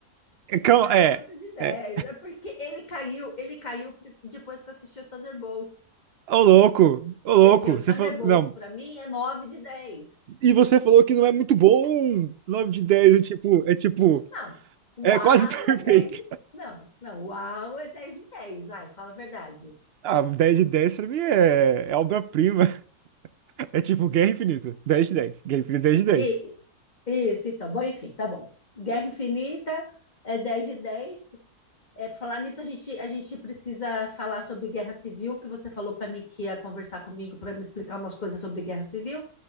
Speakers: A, on the right; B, on the left.
A: é Cal-
B: Não,
A: É,
B: oito de dez
A: é.
B: É porque ele caiu, ele caiu pr- depois que eu assisti o Thunderbolts.
A: Ô louco, ô louco,
B: Porque o
A: você
B: Thunderbolts
A: falou. Não.
B: para mim é nove de dez
A: E você falou que não
B: <laughs>
A: é muito bom. 9 de 10 é tipo, é tipo,
B: Não, uau
A: é quase <laughs> perfeito.
B: é 10 de... Não, não, uau é dez de dez Vai, fala a verdade.
A: Ah, 10 de 10 pra mim é, é obra-prima. <laughs> É tipo Guerra Infinita. 10 de 10, Guerra Infinita 10 de dez.
B: E, isso, então. Bom, enfim, tá bom. Guerra Infinita é dez de dez É, pra falar nisso, a gente, a gente precisa falar sobre guerra civil, que você falou para mim que ia conversar comigo para me explicar umas coisas sobre guerra civil.